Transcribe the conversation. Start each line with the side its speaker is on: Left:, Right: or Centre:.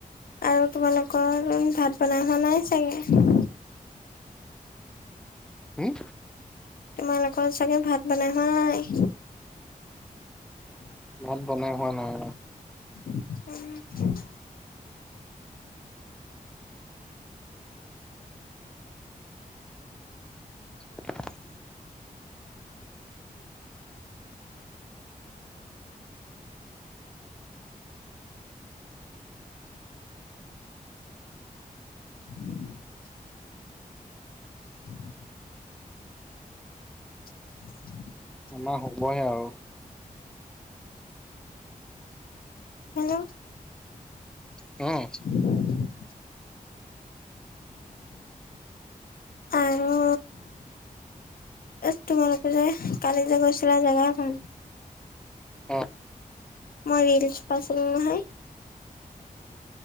Left: আৰু তোমালোকৰ ভাত বনাই হোৱা নাই চাগে।
Centre: হুম।
Left: তোমালোকৰ চাগে ভাত বনাই হোৱা নাই।
Centre: ভাত বনাই হোৱা নাই।
Left: উম।
Centre: <inaudible>
Left: <inaudible> <inaudible> <inaudible>
Centre: আমাৰ হ'ব এ আৰু।
Left: হেল্ল'।
Centre: অ'।
Left: <inaudible> আৰু এ তোমালোকে যে কালি যে গৈছিলা জেগা এখন
Centre: অ
Left: মই ৰীলছ্ পাইছিলোঁ নহয়।